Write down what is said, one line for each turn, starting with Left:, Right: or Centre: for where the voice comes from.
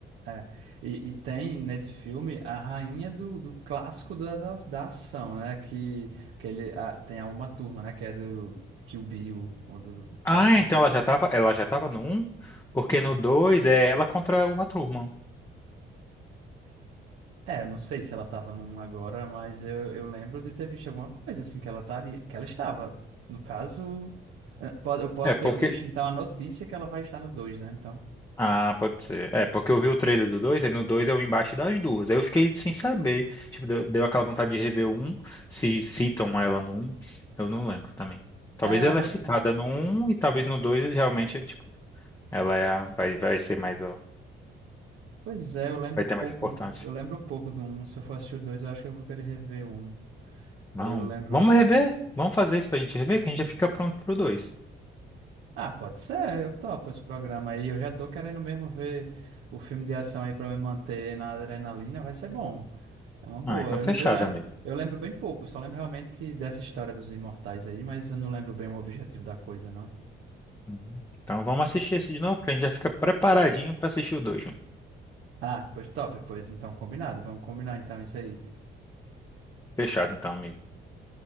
Right: É, e, e tem nesse filme a rainha do, do clássico das, a- da ação, né? Que, que ele a- tem a Uma Turma, né? Que é do Kill Bill ou do
Left: Ah,
Right: Tarantino.
Left: é? então ela já tava. Ela já tava no um Porque no 2 é ela contra uma turma.
Right: É, eu não sei se ela tava num agora, mas eu, eu lembro de ter visto alguma coisa assim que ela estaria, que ela estava. No caso, eh, po- eu posso
Left: É, porque.
Right: ter visto, então, a notícia é que ela vai estar no 2 né? Então.
Left: Ah, pode ser. É, porque eu vi o trailer do dois aí no 2 é o embate das duas. Aí eu fiquei sem saber. Tipo, deu, deu aquela vontade de rever o 1, se citam ela no um. eu não lembro também. Talvez
Right: É,
Left: ela
Right: eu-
Left: é citada no um e talvez no 2 realmente, tipo, ela é a- vai, vai ser mais, ó,
Right: pois é, eu lembro
Left: vai ter mais
Right: pouco.
Left: importância.
Right: do- Eu lembro pouco do Um. Se eu for assistir o 2 eu acho que eu vou querer rever o Um.
Left: Não,
Right: Eu lembro.
Left: vamos rever? Vamos fazer isso pra gente rever, que a gente já fica pronto pro dois.
Right: Ah, pode ser, eu topo esse programa aí. Eu já tô querendo mesmo ver o filme de ação aí pra me manter na adrenalina, vai ser bom. É uma boa.
Left: Ah, então
Right: Eu,
Left: fechado,
Right: não- eu lembro,
Left: amigo.
Right: eu lembro bem pouco, eu só lembro realmente que dessa história dos imortais aí, mas eu não lembro bem o objetivo da coisa, não.
Left: Uhum. Então vamos assistir esse de novo, que a gente já fica preparadinho pra assistir o dois junto.
Right: Ah, pois top, pois então combinado. Vamos combinar então isso aí.
Left: Fechado então, amigo.